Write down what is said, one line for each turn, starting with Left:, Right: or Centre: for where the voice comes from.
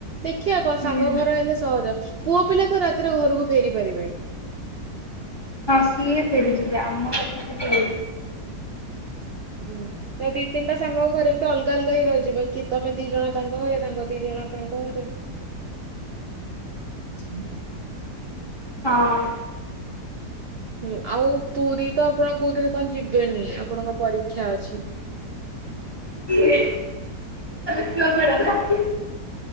Right: ଦେଖିବା କଣ
Left: ହୁଁ
Right: ସାଙ୍ଗ ଘର ହେଲେ ସହଜ ପୁଅ ପିଲା ତ ରାତିରେ ଘରକୁ ଫେରି ପାରିବେ।
Left: ହଁ ସିଏ ଫେରିଯିବେ ଆମ କଥା ଖାଲି।
Right: ହୁଁ। ୟା ଦି ତିନିଟା ସାଙ୍ଗଙ୍କ ଘରେ ଏମିତି ଅଲଗା ଅଲଗା ହିଁ ରହି ଯିବେ କି ତମେ ଦି ଜଣ ତାଙ୍କ ଘରେ ତାଙ୍କ ଦି ଜଣ ତାଙ୍କ ଘରେ। ହୁଁ <inaudible>
Left: ହଁ।
Right: ହୁଁ ଆଉ ପୁରୀ ତ ଆପଣ କୋଉଥିଲେ କଁ ଯିବେନି ଆପଣଙ୍କ ପରୀକ୍ଷା ଅଛି।
Left: କିଏ। <unintelligible>